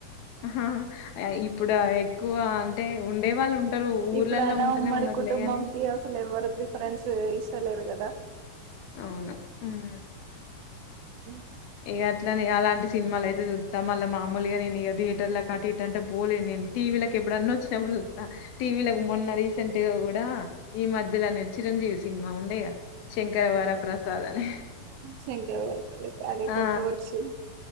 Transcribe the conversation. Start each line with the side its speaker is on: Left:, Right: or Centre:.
Left: ఆహా ఇప్పుడు ఎక్కువ ఉండే వాళ్ళు ఉంటరు ఊర్లల్లో
Right: ఇప్పుడు అయినా
Left: ఉంటనే
Right: ఉమ్మడి
Left: ఉన్నరులే
Right: కుటుంబం
Left: గని
Right: కి అసలు ఎవ్వరు ప్రిఫరెన్స్ ఇస్తలేరు గదా గదా
Left: అవును ఉమ్
Right: అ <unintelligible>
Left: ఇగ అట్లనే అలాంటి సినిమాలు అయితే చూద్దాం మళ్ళ మామూలుగా నేను ఇగ థియేటర్ అట్ ఇట్ అంటే పోలేను నేను టీవీ లకు ఎప్పుడన్న వచ్చినప్పుడు చూత్త టీవీ లకు మొన్న రీసెంట్గా గూడా ఈ మధ్యలో అనే చిరంజీవి సినిమా ఉండేగా శంకర వరప్రసాద్ అని
Right: శంకర వరప్ర అదే
Left: ఆ
Right: కొత్తగ వచ్చింది